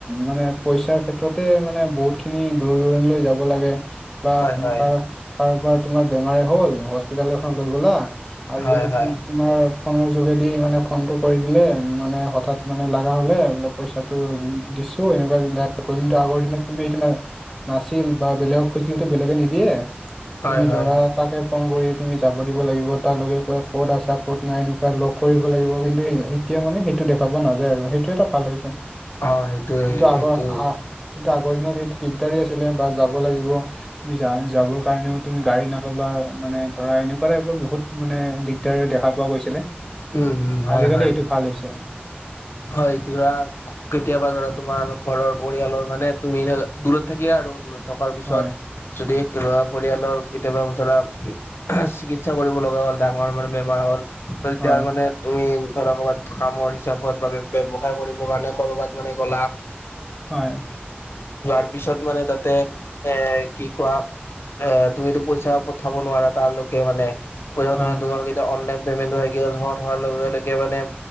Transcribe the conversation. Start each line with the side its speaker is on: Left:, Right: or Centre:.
Centre: মানে পইচাৰ ক্ষেত্ৰতে মানে বহুত খিনি দূৰ দূৰণি লৈ যাব লাগে। বা
Left: হয় হয়
Centre: কাৰ কাৰোবাৰ তোমাৰ বেমাৰে হ'ল হস্পিতাল এখন লৈ গলা আজিকালিটো
Left: হয় হয়
Centre: তোমাৰ ফোনৰ যোগেদি মানে ফোনটো কৰি দিলে মানে হঠাৎ মানে লগা হ'লে অলপ পইচাটো দিছো এনেকুৱা <unintelligible> কিন্তু আগৰ দিনত তুমি এইটো নাই। নাছিল বা বেলেগক খুজিলেতো বেলেগে নিদিয়ে। তুমি
Left: হয় হয়
Centre: ধৰা তাকে ফোন কৰি তুমি যাব দিব লাগিব। তাৰ লগে কয় ক'ত আছা ক'ত নাই এনেকুৱা লগ কৰিব লাগিব। কিন্তু এই এতিয়া মানে সেইটো দেখা পোৱা নাযায় আৰু সেইটো এটা ভাল হৈছে।
Left: অ সেইটোৱে,
Centre: কিন্তু
Left: সে সেইটো
Centre: আগৰ আ- কিন্তু আগৰ দিনত সেইটো দিগদাৰে আছিলে বা যাব লাগিব তুমি যা যাবৰ কাৰণেও তুমি গাড়ী নাপাবা মানে ধৰা এনেকুৱা টাইপৰ বহুত মানে দিগদাৰ দেখা পোৱা গৈছিলে।
Left: উম, উম হয়,
Centre: আজিকালি
Left: হয়,
Centre: এইটো ভাল হৈছে
Left: হয়। টোৰাগ কেতিয়াবা ধৰা তোমাৰ ঘৰৰ পৰিয়ালৰ মানে তুমি ধ দূৰত থাকিলা আৰু দূৰত থকাৰ পিছত
Centre: হয়
Left: যদি কিবা পৰিয়ালৰ কেতিয়াবা ধৰা চিকিৎসা কৰিব লগা হ'ল, ডাঙৰ মানে বেমাৰ হ'ল তেতিয়া
Centre: হয়
Left: মানে তুমি ধৰা কবাত কামৰ হিচাপত বাবে ব্যৱসায় কৰিবৰ কাৰণে কৰবাত মানে গ'লা।
Centre: হয়।
Left: যোৱাৰ পিছত মানে তাতে এ কি কোৱা এ তুমিতো পইচা পঠাব নোৱাৰা তাৰলৈকে মানে। পইচা
Centre: হয়
Left: ধৰা তোমাৰ যদি অনলাইন পেমেণ্ট থাকিলে ঘৰত হোৱাৰ লগে লৈকে মানে